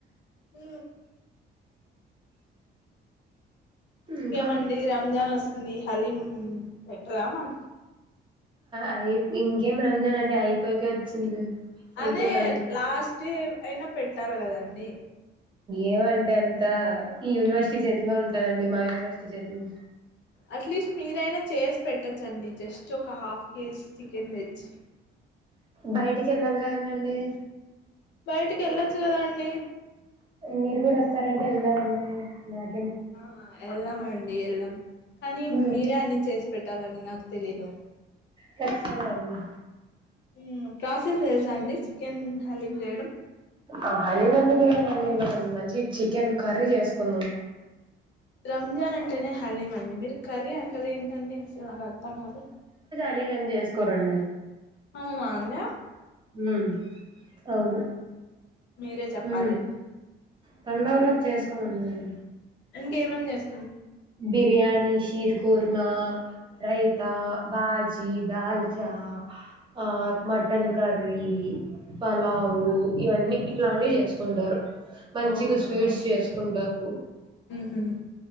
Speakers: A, on the left (about 70°); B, on the right (about 25°).
A: ఉ ఇంకేమండి
B: ఇంకా
A: రంజాన్ వోస్ ఉంది హలీం పెట్టరా మాకి
B: అయి ఇంకేం రంజాన్ అండి అయిపోయేకే వచ్చింది అయిపోతాంది.
A: అదే లాస్ట్యే అయినా పెట్టాలి కదండి
B: ఏమంటే అంతా ఈ యూనివర్సిటీ చేతిలో ఉంటదండి మా యూనివర్సిటీ చేతిలో
A: అట్లీస్ట్ మీరైనా చేస్ పెట్టచ్చండి జస్ట్ ఒక హాఫ్ కేజీ చికెన్ తెచ్చి
B: బయటికి ఏళ్ళాలి కదండండి
A: బయటికి ఏళ్ళొచ్చు కదండి
B: మీరు కూడా వస్తారంటె వెళ్దామండి నాకి
A: ఆహా ఎల్లం అండి ఎల్లం కానీ
B: హ్మ్.
A: మీరే అన్ని చేసి పెట్టాలని నాకు తెలీదు
B: ఖచ్చితంగా అండి
A: ఉమ్ ప్రాసెస్ తెలుస అండి చికెన్ హలీం చేయడం
B: ఆ హలీం ఎందుకులెండండి మనం మంచి చికెన్ కర్రీ చేసుకుందాం
A: రంజన్ అంటేనే హలీం అండి మీరు కర్రీ అంటే అదేటండి అసలు నాకు అర్థం కాదు
B: లేదని చేసుకోరండి
A: ఆమ అంద
B: ఉమ్ అవును
A: మీరే చెప్పాలండి
B: ఉమ్ పండుగ రోజు చేసుకోమండి అ
A: ఇంగేమని చేస్
B: బిర్యానీ శీర్ కుర్మా రైతా బాజ్ చ్చి దాల్ చా ఆ మటన్ కర్ వీయి
A: మ్మ్
B: పలావు ఇవన్నీ ఇట్లాంటివి చేసుకుంటారు మంచిగా
A: ఓ అవునా
B: స్వీట్స్ చేసుకుంటారు.
A: మ్మ్ హ్మ్